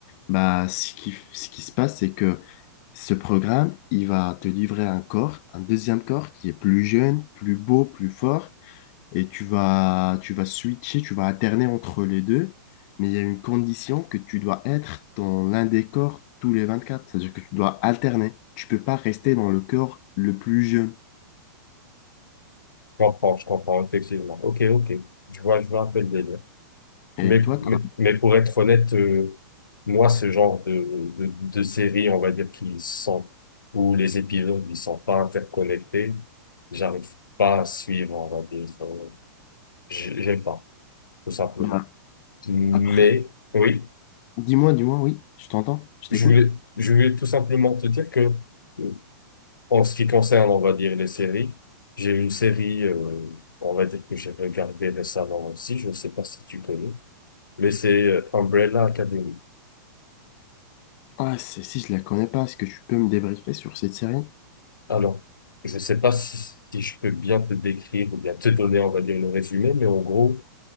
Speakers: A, on the left; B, on the left.
A: bah, ce qui, ce qui se passe, c'est que ce programme, il va te livrer un corps, un deuxième corps qui est plus jeune, plus beau, plus fort et tu vas, tu vas switcher, tu vas alterner entre les deux, mais il y a une condition que tu dois être dans l'un des corps tous les vingt quatre c'est-à-dire que tu dois alterner. Tu peux pas rester dans le corps le plus jeune.
B: Je comprends, je comprends, effectivement. Ok, ok. Je vois, je vois un peu le délire.
A: Et
B: Mais,
A: toi, t'as-
B: mais, mais pour être honnête, euh, moi, ce genre de, de, de série, on va dire, qui sont, où les épisodes, ils sont pas interconnectés, j'arrive pas à suivre, on va dire. euh, j'- J'aime pas, tout simplement.
A: bah,
B: Mais,
A: après,
B: oui,
A: dis-moi, dis-moi, oui, je t'entends, je
B: je
A: t'écoute.
B: voulais, je voulais tout simplement te dire que, euh, en ce qui concerne, on va dire, les séries, j'ai une série, euh, on va dire, que j'ai regardée récemment aussi, je ne sais pas si tu connais, mais c'est euh, Umbrella Academy.
A: Ah, celle-ci, je la connais pas, est-ce que tu peux me débriefer sur cette série?
B: Alors, je ne sais pas si, si je peux bien te décrire ou bien te donner, on va dire, le résumé, mais en gros,